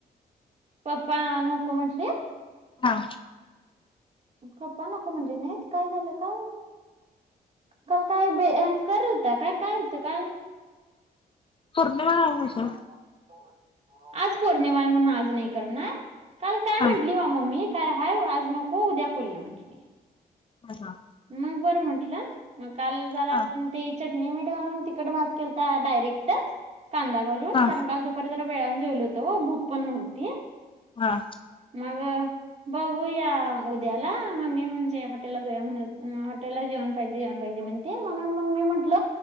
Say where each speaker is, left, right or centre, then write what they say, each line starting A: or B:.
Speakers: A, on the right (about 40°); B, on the left (about 30°).
A: पप्पा नको म्हटले-
B: हा
A: पप्पा नको म्हटले नाहीत काय झालं काल काल काय बे कर होता काय काय होतं काल
B: पौर्णिमा
A: <inaudible>
B: हा हा
A: आज पौर्णिमा आहे म्हणून आज नाही करणार, काल काय
B: हा
A: म्हंटली वा मम्मी काय हाय आज नको उद्या करुया म्हंटली
B: हा हा
A: मग, बरं म्हंटलं मग काल जरा
B: हा
A: चटणी, मीठ घालून तिखट भात केलता डायरेक्टच कांदा घालून
B: हा
A: कारण काल दुपारी जरा वेळान जेवलो होतो हो भूक पण नव्हती
B: हा,,
A: मग बघूया उद्याला मग ममी म्हणजे हॉटेलला जाऊया म्हणत हॉटेलला जेवण पाहिजे जेवन पाहिजे म्हणती म्हणून मग मी म्हंटल